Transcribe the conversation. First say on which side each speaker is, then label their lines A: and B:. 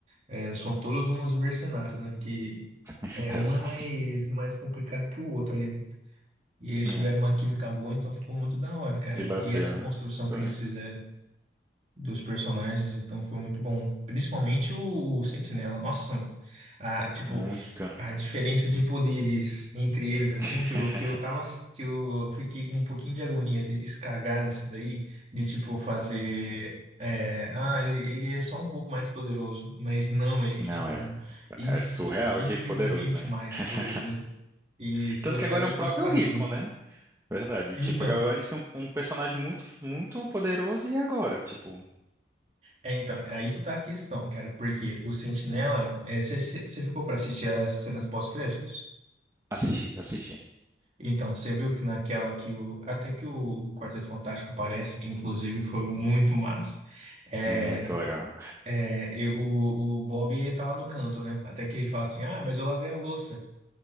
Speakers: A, on the right; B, on the right.
A: é, são todos uns mercenários, né? Que
B: <laughs>
A: é,
B: exato.
A: um é mais, mais complicado que o outro ali dentro. E eles
B: É,
A: tiveram uma química boa, então ficou muito da hora, cara.
B: E bateu,
A: E essa
B: né?
A: construção
B: Foi.
A: que eles fizeram dos personagens, então foi muito bom. Principalmente o, o Sentinela. Nossa, mano. A, tipo,
B: Muito.
A: a diferença de poderes entre eles, assim,
B: <laughs>
A: que eu, que eu tava, que eu fiquei com um pouquinho de agonia deles cagar nisso daí, de tipo fazer. é, ah, ele, ele é só um pouco mais poderoso, mas não, ele
B: Não,
A: é tipo,
B: é,
A: inf-
B: é surreal
A: tipo incrivelmente
B: de poderoso, né?
A: mais
B: <laughs>
A: poderoso. E
B: Tanto
A: trouxeram
B: que agora
A: isso
B: é um próprio
A: dos quadrinhos.
B: risco, né? Verdade.
A: Então.
B: Tipo, agora eles têm um, um personagem muito, muito poderoso e agora? Tipo.
A: É, então, é aí que tá a questão, cara, porque o Sentinela, você ficou pra assistir as cenas pós-créditos?
B: Assisti, assisti.
A: Então, você viu que naquela que o. Até que o Quarteto Fantástico aparece, que inclusive foi muito massa. É,
B: Muito legal.
A: é, e o, o Bob ele tá lá no canto, né? Até que ele fala assim: ah, mas eu lavei a louça.